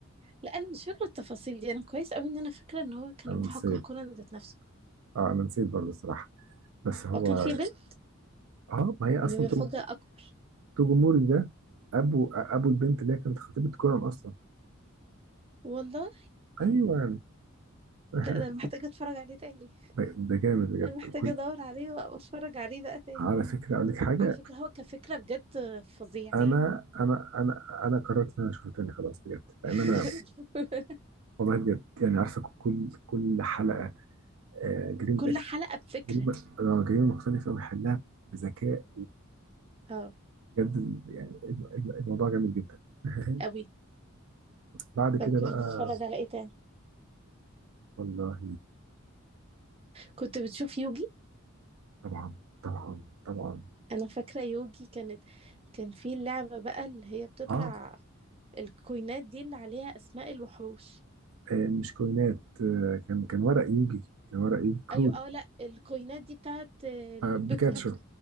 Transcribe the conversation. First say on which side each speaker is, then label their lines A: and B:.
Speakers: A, on the right; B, on the right.
A: لا انا مش فاكره التفاصيل دي انا كويس قوي ان انا فاكره ان هو كان
B: انا
A: محقق
B: نسيت
A: كونان ذات نفسه
B: اه انا نسيت برضه الصراحه بس هو
A: هو كان في بنت
B: اه ما هي اصلا
A: دي مفاجاه اكبر
B: توجوموري ده ابو ابو البنت اللي هي كانت خطيبة كونان اصلا
A: والله
B: ايوه <laughs>
A: لا ده انا محتاجه اتفرج عليه تاني
B: ده ده جامد بجد
A: انا محتاجه
B: كل
A: ادور عليه واتفرج عليه بقى تاني
B: على فكره اقول لك حاجه
A: على فكره هو كفكره بجد فظيع
B: انا انا انا انا قررت ان انا اشوفها تاني خلاص بجد
A: <laughs>
B: لان انا والله بجد يعني عارفه كل كل حلقه آه، جريمه
A: كل
B: اكل
A: حلقه بفكره
B: جريمه آه، جريمه مختلفه ويحلها بذكاء
A: اه
B: بجد ال- يعني الم- الم- الموضوع جامد جدا <laughs>
A: قوي
B: بعد
A: طب
B: كده
A: كنت
B: بقى
A: بتتفرج على ايه تاني
B: والله
A: كنت بتشوف يوجي
B: طبعا طبعا طبعا
A: انا فاكره يوجي كانت كان في اللعبه بقى اللي هي بتطلع
B: اه
A: الكوينات دي اللي عليها اسماء الوحوش
B: آه، مش كوينات آه، كان كان ورق يوجي كان ورق يوجي كروت
A: ايوه اه لا الكوينات دي بتاعت البيكمون
B: آه، بيكاتشو